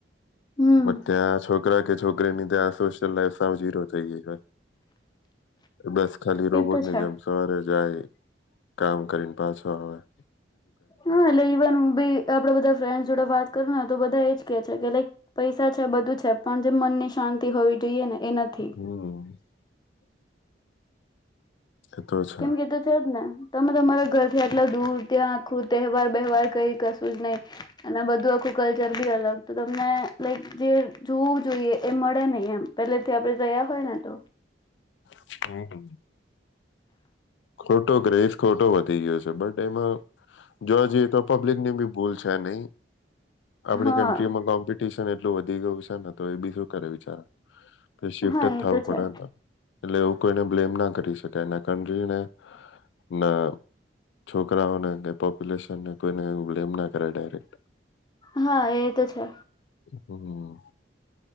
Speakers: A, on the left; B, on the left.
A: હમ
B: બ ત્યાં છોકરા કે છોકરીની ત્યાં સોશિયલ લાઈફ સાવ જરો થઈ ગઈ છે બસ ખાલી રોબોટ
A: એ તો
B: ની
A: છે
B: જેમ સવારે જાય કામ કરીને. પાસવા
A: હા એટલે ઈવન બી આપડે બધા ફ્રેન્ડ જોડે વાત કરું ને તો બધા કે છે કે લક પૈસા છે બધું છે પણ જેમ મનની શાંતિ હોવી જોઈએ ને.
B: હમ
A: એ નથી
B: એ તો છે.
A: કેમ કે તો છે જ ને તમે તમારા ઘરથી આટલા દૂર ત્યાં ખુદ તહેવાર વ્યવવાાર કઈ નહી અને બધું આખું ચરબી અલગ તો તમને લાઈક જે જોવું જોઈએ એ મળે નહીં એમ. પેલેથી આપડે ગયા હોય ને તો
B: હમ ખોટો ગહીસ ખોટો વધી ગયો છે બટ એમાં જોવા જઈએ તો પબ્લિક ની બી ભૂલ છે નહી. આપડી
A: હા
B: કન્ટ્રીમાં કોમ્પ ટ્યશન એટલું વધી ગયું છે ને તો એ બી શું કરે બીચારા શિફ્ટ
A: હા
B: જ
A: એ
B: થવું
A: તો
B: પડે
A: છે
B: હતા એટલે કોઈને બ્લેમ ના કરી શકાય ના કન્ટ્રીને ના છોકરાઓને કે પોપ્યુલેશનને કોઈને એવુ બ્લેમ ના કરાય ડાયરેક્ટ.
A: હા, એ તો છે.
B: હમ્મ.